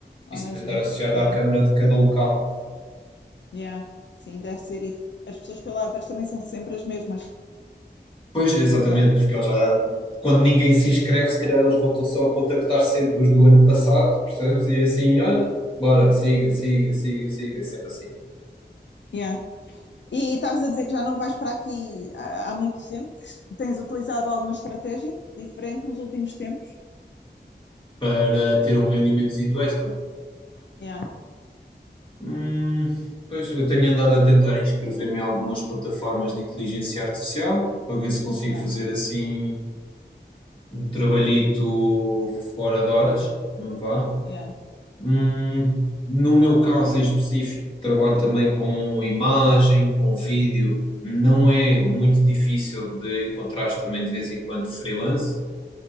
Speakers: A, on the left; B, on the left.
A: Isso
B: Ou na
A: deve
B: junta.
A: estar associado
B: Yeah,
A: à Câmara de cada local.
B: yeah. Sim, deve ser isso. As pessoas que eu lá vejo também são sempre as mesmas.
A: Pois, exatamente,
B: Yeah,
A: porque eles já, quando ninguém se inscreve, se calhar eles voltam só a contactar sempre os do ano passado, percebes? E assim, olha, bora, siga, siga, siga, siga, é sempre assim.
B: yeah. E estavas a dizer que já não vais para aqui há, há muito tempo, que tens utilizado alguma estratégia diferente nos últimos tempos?
A: Para ter um rendimentozito extra.
B: Yeah,
A: Hum, pois, eu tenho andado a tentar inscrever-me em algumas plataformas de inteligência artificial, para ver se consigo
B: yeah,
A: fazer assim um trabalhito fora de horas, hum, vá.
B: yeah.
A: Hum, no meu caso em específico, trabalho também com imagem, com vídeo. Não é muito difícil de encontrar também de vez em quando freelance.